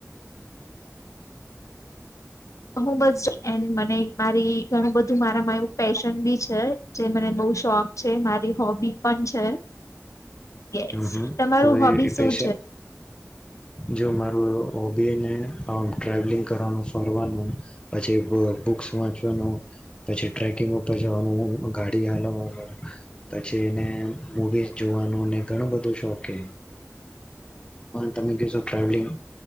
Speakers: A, on the left; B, on the left.
A: <inaudible> હું બસ એની મને મારી ઘણું બધું મારામાં એવું પેશન બી છે જે મને બઉ શોખ છે મારી હોબી પણ છે. યસ
B: હમ હમ
A: તમારું
B: તો
A: હોબી
B: એ કઈ
A: શું
B: છે જો મારું હોબીને આમ ટ્રાવેલિંગ કરવાનું ફરવાનું પછી બ બુક્સ વાંચવાનું પછી ટ્રેકિંગ ઉપર જવાનું ગાડી હાલવાનું પછી એને મવી જોવાનું અને ઘણું બધું શોખ તમે કો ટ્રાવલિંગ